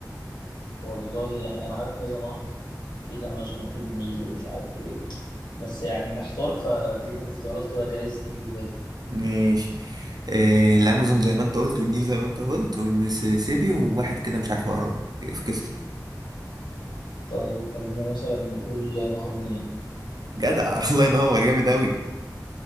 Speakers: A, on the left; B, on the right.
A: والله يعني أنا عارف كذا نهر في الأمازون وفي النيل ومش عارف إيه بس يعني محتار فاديني الاختيارات كده جايز تيجي في بالي
B: ماشي آه الامازون زي ما انت قلت والنيل زي ما انت قلت والميسيسيبي وواحد كده مش عارف اقراه في كسله
A: طيب خلينا مثلا نقول نهر النيل
B: جدع <laughs> الله ينور جامد اوي